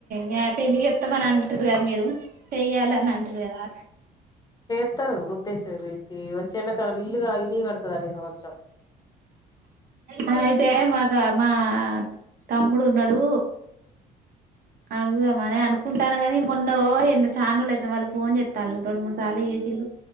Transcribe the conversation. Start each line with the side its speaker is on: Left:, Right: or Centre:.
Right: మ్యా పెళ్లి చెత్తమని అంటుర్రు కద మీరు <inaudible> చేయ్యాలని అంటిరి కదా
Left: ఇస్తారు ముత్తేశ్వరికి వచ్చె ఎండాకాలం ఇల్లు గా ఇల్లు కడతదట ఈ సంవత్సరం
Right: ఆ అయితే మాక్ ఇకా మా తమ్ముడు ఉన్నాడు అడుగుదామని అనుకుంటాన గాని మొన్నో ఎన్నో చానురోజులు ఐతుంది వాళ్ళు ఫోన్ చెస్తాళ్ళు రెండు మూడు సార్లు చేసిళ్ళు